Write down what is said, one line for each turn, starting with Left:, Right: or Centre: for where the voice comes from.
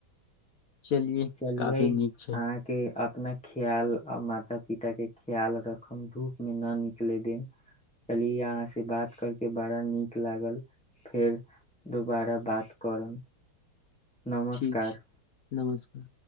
Left: चलिए
Centre: चलियै
Left: काफी नीक छै
Centre: अहाँके अपना ख्याल आ माता पिताके ख्याल राखब धूपमे नहि निकलय देब चली अहाँसँ बात करके बड़ा नीक लागल फेर दोबारा बात करब नमस्कार
Left: ठीक छै नमस्कार